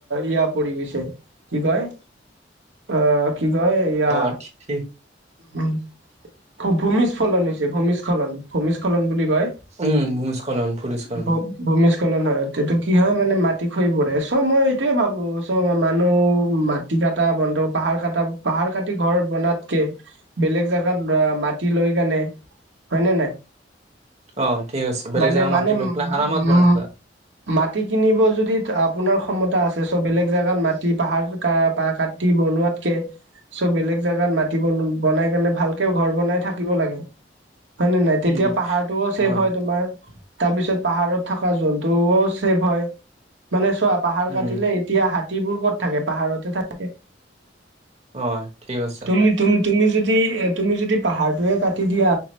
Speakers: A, on the right; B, on the right.
A: ইয়া পৰি গৈছে। কি কয়? অ কি কয় এইয়া,
B: অ', ঠিক
A: উম ভূমিস্খলন হৈছে ভূমিস্খলন ভূমিস্খলন বুলি কয়।
B: উম' ভূমিস্খলন ভূমিস্খলন।
A: ভ ভূমিস্খলন হয় তেটো কি হয় মানে মাটি খহিপৰে চ' মই এইটোয়ে ভাবো চ মই মানুহ, টিকা এটা বন্ধক। পাহাৰ কাটা পাহাৰ কাটি ঘৰ বনোৱাতকৈ বেলেগ জেগাত মাটি লৈ কেনে, হয় নে নাই
B: অ', ঠিক আছে, বেলেগ
A: মানে
B: জেগা
A: মানে
B: মাটি লৈ পেলাই আৰামত বনাই
A: উম
B: থাকা।
A: মাটি কিনিব যদি আপোনাৰ ক্ষমতা আছে চ' বেলেগ জাগাত মাটি পাহাৰ, কা পা কাটি বনোৱাত। কে চব বেলেগ জাগাত মাতি বনাই কেনে বনাই থাকিব লাগে। হয় নে নাই
B: উম,
A: তেতিয়া পাহাৰটোও ছেভ
B: অ',
A: হয় তোমাৰ। তাৰপিছত পাহাৰত থকা জন্তুও ছেভ হয় মানে চোৱা পাহাৰ
B: উম,
A: কাটিলেই, এতিয়া হাতীবোৰ ক'ত থাকে পাহাৰতে থাকে।
B: অ' ঠিক আছে।
A: তুমি তুমি যদি এ তুমি যদি পাহাৰটোয়ে কাটি দিয়া।